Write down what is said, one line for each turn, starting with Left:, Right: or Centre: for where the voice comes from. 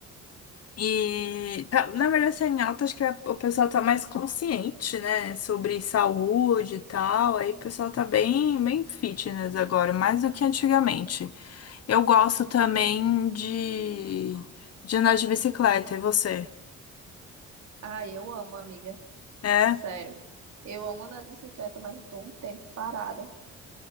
Left: E tá- na verdade tá em alta, acho que a- o pessoal tá mais consciente, né, sobre saúde e tal. Aí o pessoal tá bem, bem fitness agora, mais do que antigamente. Eu gosto também de, de andar de bicicleta, e você?
Right: Ah, eu amo, amiga.
Left: É?
Right: Sério. Eu amo andar de bicicleta, mas eu tô um tempo parada.